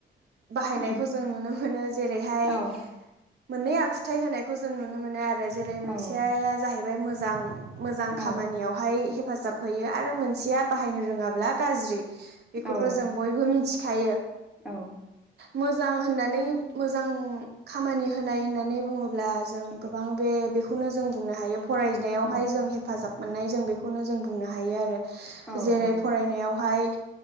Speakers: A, on the right; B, in the centre.
A: बाहायनायखौ
B: उम
A: जों नुनो मोनो जेरैहाय
B: औ
A: मोननै आखुथाय होनायखौ जों नुनो मोनो आरो जेरै मोनसेया
B: औ
A: जाहैबाय मोजां मोजां
B: औ
A: खामानियावहाय हेफाजाब होयो आरो मोनसेया बाहायनो रोङांब्ला गाज्रि बेखौथ'
B: औ
A: जों बयबो मिथिखायो
B: औ
A: मोजां होननानै मोजां खामानि होनाय होननानै बुंङोब्ला अब्ला जों
B: औ
A: गोबां बे बेखौनो जों बुंनो हायो फरायनायावहाय
B: औ
A: जों हेफा हेफाजाब मोननाय जों बेखौनो जों बुंनो हायो आरो
B: औ
A: जेरै फरायनायावहाय